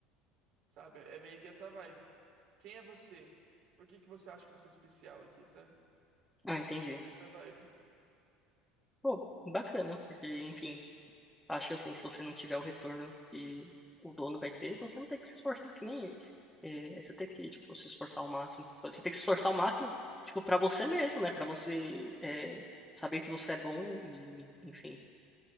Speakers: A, on the right; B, in the centre.
A: sabe? É meio que essa vibe. Quem é você? Por que que você acha que você é especial aqui, sabe?
B: Ah,
A: É
B: entendi.
A: meio que essa vibe.
B: Pô, bacana, porque, enfim, Acho assim, se você não tiver o retorno que o dono vai ter, você não tem que se esforçar que nem ele. É, você tem que, tipo, se esforçar ao máximo. Você tem que se esforçar ao máximo, tipo, para você mesmo, né? Para você é, saber que você é bom e, enfim,